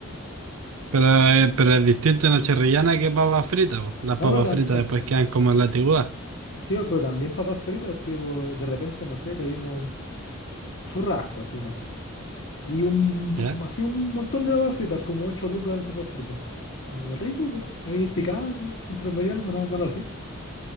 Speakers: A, on the right; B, on the left.
A: Pero, eh, pero es distinto en la chorrillana que papas fritas, po. Las
B: No,
A: papas
B: pero también
A: fritas después quedan como en la tiguada,
B: Sí, pero también papas fritas, tipo, de repente, no sé, pedimos churrasco, así, no sé. Y un, bu-
A: ¿ya?
B: así un montón de papas fritas, como 8 lucas en papas fritas. Y es rico, po, ahí picando, mientras veía algo, no, no lo hacía.